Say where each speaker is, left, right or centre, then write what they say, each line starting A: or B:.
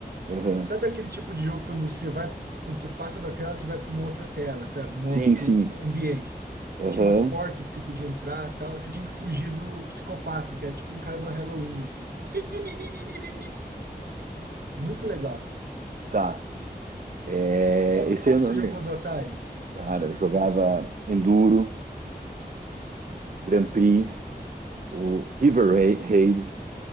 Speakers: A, on the right; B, on the right.
A: Aham.
B: Sabe aquele tipo de jogo quando você vai, quando você passa da tela, você vai para uma outra tela, sabe? Um
A: Sim,
B: outro
A: sim.
B: ambiente.
A: Aham.
B: Tinha umas portas que você podia entrar, tal. Você tinha que fugir do psicopata, que era tipo um cara do Halloween, assim. Tim, tim, tim, tim, tim, tim, tim. Muito legal.
A: Tá. É,
B: Qual,
A: esse
B: qual
A: eu
B: que
A: não
B: você
A: lembro.
B: jogou do Atari?
A: Cara, eu jogava Enduro, Grand Prix, o River Ra- Raid.